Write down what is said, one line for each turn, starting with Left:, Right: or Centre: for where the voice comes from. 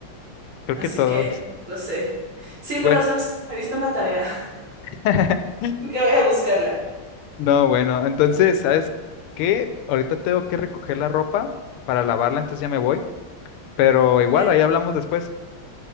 Left: Creo
Right: así
Left: que todos.
Right: que lo sé. Sí, pero
Left: Bueno,
Right: sabes que me diste una tarea,
Left: <laughs>
Right: <laughs> que voy a buscarla.
Left: no, bueno, entonces, ¿sabes qué? Ahorita tengo que recoger la ropa para lavarla, entonces ya me voy. Pero igual,
Right: Ok,
Left: ahí hablamos después.